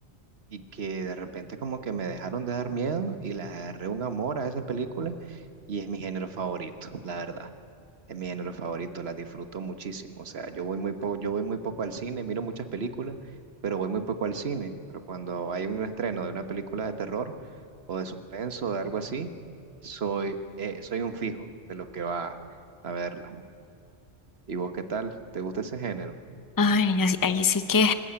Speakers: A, on the right; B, on the left.
A: y que de repente como que me dejaron de dar miedo y le agarré un amor a esa película y es mi género favorito, la verdad. Es mi género favorito, las disfruto muchísimo. O sea, yo voy muy po- yo voy muy poco al cine, miro muchas películas, pero voy muy poco al cine. Pero cuando hay un estreno de una película de terror o de suspenso o de algo así, soy, eh, soy un fijo de los que va a verla. ¿Y vos qué tal? ¿Te gusta ese género?
B: Ay, así- ahí sí que